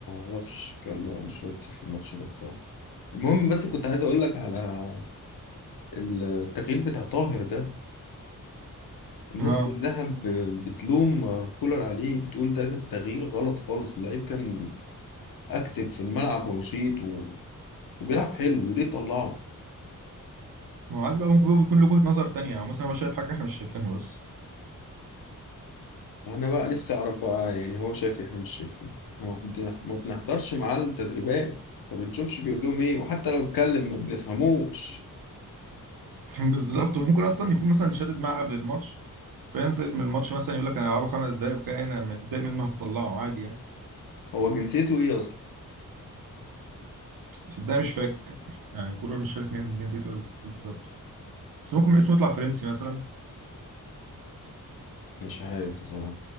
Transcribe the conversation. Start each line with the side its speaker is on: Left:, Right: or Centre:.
Left: أعرفش كارلو أنشيلوتي في الماتش ده بصراحة المهم بس كنت عايز أقول لك على التغيير بتاع طاهر ده الناس
Right: ها
Left: كلها ب- بتلوم كولر عليه بتقول ده كان تغيير غلط خالص اللعيب كان أكتف في الملعب ونشيط و... وبيلعب حلو وليه طلعه
Right: ما هو عادي بقى ممكن هو بيكون له وجهة نظر تانية او مثلا هو شايف حاجة احنا مش شايفينها بس
Left: انا بقى نفسي اعرف بقى يعني هو شايف احنا مش شايفين احنا ما بن- ما بنحضرش معاه التدريبات ما بنشوفش بيقول لهم ايه وحتى لو اتكلم ما بنفهموش
Right: <laughs> بالظبط وممكن اصلا يكون مثلا شادد معاه قبل الماتش فينزل من الماتش مثلا يقول لك انا هلعبه خمس دقايق وكان انا متضايق منه هطلعه عادي يعني
Left: هو جنسيته ايه اصلا
Right: بس ده مش فاكر يعني الكورة مش فاكر كان جنسيته ايه بالظبط بس ممكن اسمه يطلع فرنسي مثلا
Left: مش عارف بصراحة